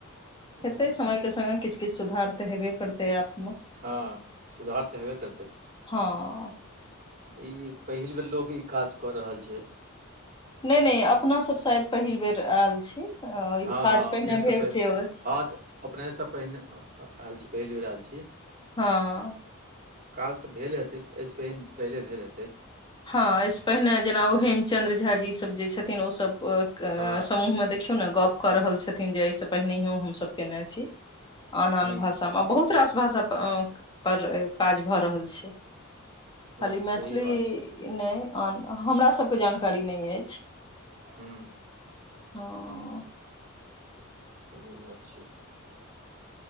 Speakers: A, on the right; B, on the left.
A: हू
B: हेतै समय के संग संग किछु किछु सुधार तऽ हेबे करते ऐप मऽ
A: हँ सुधार तऽ हेबे करतै
B: हँ
A: ई पहिल बेर लोगे ई काज कऽ रहल छै
B: नहि नहि अपना सब शायद पहिल बेर आयल छी
A: हँ
B: ई काज
A: हँ अपनेसँ
B: पहिने भेल
A: पहि
B: छै ओ
A: हँ तऽ अपनेसँ पहिने आयल छी पहिल बेर आयल छी
B: हँ
A: काज तऽ भेले हेतै एहिसँ पहि पहिले भेल हेतै
B: हँ एहि सऽ पहिने जेना ओ हेमचंद्र झा जी सब जे छथिन ओ सब
A: हँ
B: समूह मे देख देखियौ ने गप्प कऽ रहल छथिन जे एहि से पहिनयो हम सब केने छी आन
A: हुँ
B: आन भाषा मऽ बहुत बहुत रास भाषा पर काज भऽ रहल छै
A: हँ
B: खाली
A: सही
B: मैथिली
A: बात छै
B: नहि आन हमरा सभके जानकारी नहि अछि
A: हू
B: हँ
A: सही बात छिये